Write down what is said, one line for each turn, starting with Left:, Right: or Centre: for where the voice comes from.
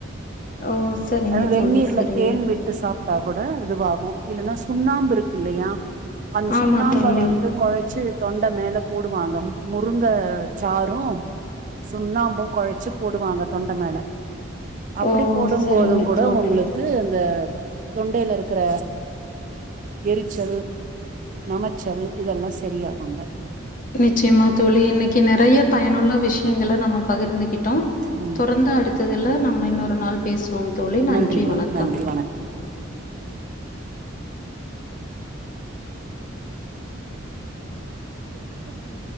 Left: ஓ சரிங்க
Right: வெந்நீர்ல
Left: தோழி சரிங்க
Right: தேன் விட்டு சாப்ட்டா கூட இதுவாகும் இல்லனா சுண்ணாம்பு இருக் குல்லையா அந்த
Left: ஆமா
Right: சுண்ணாம்ப
Left: தோழி
Right: வந்து கொழச்சு தொண்ட மேல போடுவாங்க முருங்க சாரும் சுண்ணாம்பும் கொழச்சு போடுவாங்க தொண்ட மேல அப்படி
Left: ஓ
Right: போடும்
Left: சரிங்க
Right: போதும் கூட
Left: தோழி
Right: உங்களுக்கு அந்த தொண்டைல இருக்கிற எரிச்சல் நமச்சல் இதெல்லா சரியாகுங்க
Left: நிச்சயமா தோழி இன்னைக்கு நெறைய பயனுள்ள விஷயங்கல நம்ம பகிர்ந்துகிட்டோ
Right: ம்
Left: தொடர்ந்து அடுத்ததுல நம்ம இன்னொரு நாள் பேசுவோம் தோழி நன்றி
Right: நன்றிமா
Left: வணக்கம்
Right: நன்றி உ